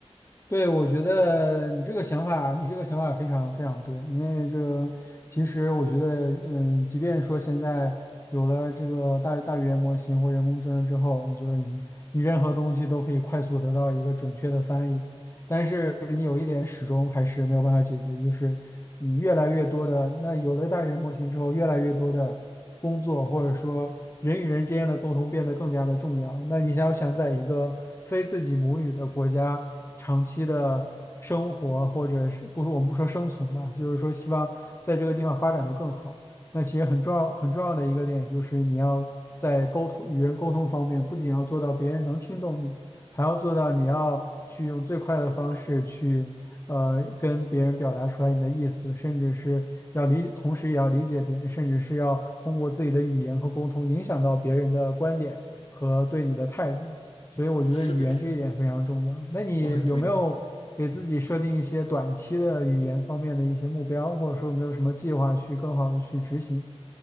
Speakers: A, on the left; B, on the left.
A: 对，我觉得你这个想法，你这个想法非常非常对，因为这个其实我觉得，嗯，即便说现在有了这个大大语言模型或人工智能之后，你就是你你任何东西都可以快速得到一个准确的翻译。但是你有一点始终还是没有办法解决，就是你越来越多的，那有了大语言模型之后，越来越多的工作或者说人与人之间的沟通变得更加的重要。那你想要想在一个非自己母语的国家长期的生活，或者是不是我们不说生存吧，就是说希望在这个地方发展的更好。那其实很重要很重要的一个点就是你要在沟通与人沟通方面，不仅要做到别人能听懂你。还要做到你要去用最快的方式去，呃，跟别人表达出来你的意思，甚至是要理，同时也要理解别人，甚至是要通过自己的语言和沟通影响到别人的观点和对你的态度。所以我觉得语言这一点非常重要。
B: 是的，是的。
A: 那你有没有给自己设定一些短期的语言方面的一些目标，
B: 我很同意，嗯
A: 或者说有没有什么计划去更好的去执行？